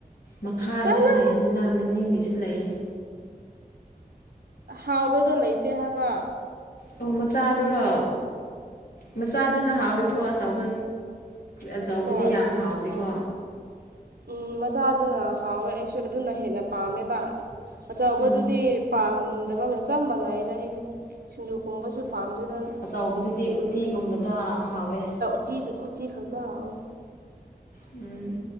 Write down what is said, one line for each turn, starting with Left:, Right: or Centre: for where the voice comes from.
Left: ꯃꯈꯥꯒꯤꯁꯨ
Right: ꯆꯠꯂꯣꯍꯦ
Left: ꯂꯩ ꯑꯗꯨꯅ ꯃꯅꯤꯡꯒꯤꯁꯨ ꯂꯩꯌꯦ
Right: ꯍꯥꯎꯕꯗꯣ ꯂꯩꯇꯦ ꯍꯥꯏꯕ
Left: ꯑꯣ ꯃꯆꯥꯗꯨꯔꯣ ꯃꯆꯥꯗꯨꯅ ꯍꯥꯎꯋꯤꯀꯣ ꯑꯆꯧꯕ ꯑꯆꯧꯕꯗꯤ
Right: ꯍꯣꯏ
Left: ꯌꯥꯝ ꯍꯥꯎꯗꯦꯀꯣ
Right: ꯎꯝ ꯃꯆꯥꯗꯨꯅ ꯍꯥꯎꯋꯦ ꯑꯩꯁꯨ ꯑꯗꯨꯅ ꯍꯦꯟꯅ ꯄꯥꯝꯃꯦꯕ ꯑꯆꯥꯕꯗꯨꯗꯤ
Left: ꯎꯝ
Right: ꯄꯥꯝꯗꯕ ꯆꯞ ꯃꯥꯟꯅꯩꯗ ꯑꯩꯗꯤ ꯁꯤꯡꯖꯨ ꯀꯨꯝꯕꯁꯨ ꯄꯥꯝꯗꯗ
Left: ꯑꯆꯣꯏꯕꯗꯨꯗꯤ ꯎꯇꯤꯒꯨꯝꯕꯗ ꯍꯥꯎꯋꯦ
Right: ꯀ ꯀ ꯈꯇꯥꯍꯥꯎ ꯑꯣꯏ
Left: ꯎꯝ